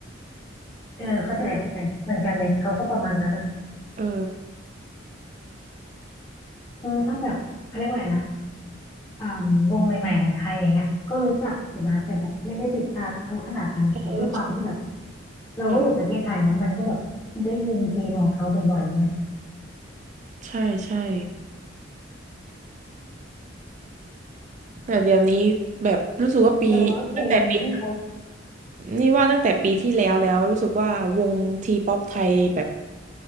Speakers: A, on the left (about 20°); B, on the right (about 40°).
A: เออเข้าใจเข้าใจเหมือนกันเลยเขาก็ประมาณนั้นอ่ะ
B: เออ
A: คือถ้าแบบเขาเรียกว่าอะไรนะ อ่าวงใหม่ๆของไทยอย่างเงี้ยก็รู้จักอยู่นะแต่แบบไม่ได้ติดตามเขาขนาดนั้นแต่ด้วยความที่แบบ
B: เ
A: เราก็อยู่ประเทศไทยเนาะมันก็แบบได้ยินเพลงของเขาบ่อยๆเงี้ย
B: ออใช่ใช่แต่เดี๋ยวนี้แบบรู้สึกว่าปีตั้งแต่ปี
A: แต่ว่าเพลงที่เขา
B: นี่ว่าตั้งแต่ปีที่แล้วแล้วรู้สึกว่าวงทีป๊อปไทยแบบ